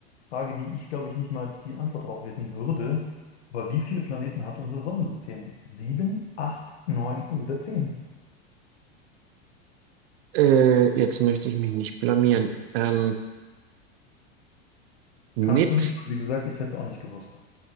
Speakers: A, on the left; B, on the right.
A: Frage, die ich, glaube ich, nicht mal die Antwort darauf wissen würde. Aber wie viele Planeten hat unser Sonnensystem? Sieben, acht, neun oder zehn?
B: Äh, jetzt möchte ich mich nicht blamieren. Ähm, mit,
A: Kannst du nicht, weil, wie gesagt, ich hätte es auch nicht gewusst.